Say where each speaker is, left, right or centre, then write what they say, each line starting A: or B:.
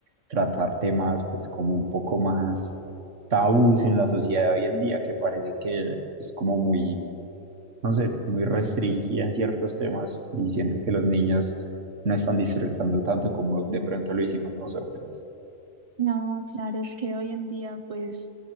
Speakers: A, on the right; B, on the right.
A: tratar temas pues como un poco más tabús en la sociedad de hoy en día, que parece que es como muy, no sé, muy restringida en ciertos temas y siento que los niños no están disfrutando tanto como de pronto lo hicimos nosotros.
B: No, claro, es que hoy en día pues